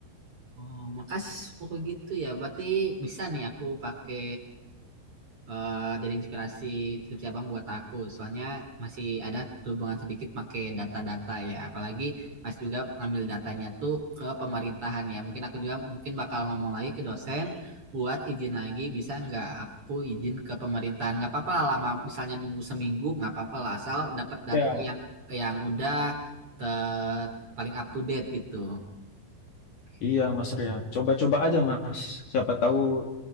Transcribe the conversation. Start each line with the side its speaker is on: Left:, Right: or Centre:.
Right: Oh, makasih. Oh, gitu ya. Berarti bisa nih aku pakai eh dari inspirasi skripsi abang buat aku. Soalnya masih ada hubungan sedikit pakai data-data ya. Apalagi Mas juga ngambil datanya tuh ke pemerintahan ya. Mungkin aku juga mungkin bakal ngomong lagi ke dosen buat izin lagi. Bisa nggak aku izin ke pemerintahan? Nggak apa-apa lah lama. Misalnya nunggu seminggu nggak apa-apa lah. Asal dapat data
Left: Ya, Mas.
Right: yang yang udah ter paling up to date gitu. Oke.
Left: Iya Mas Rian. Coba-coba aja Mas. Siapa tahu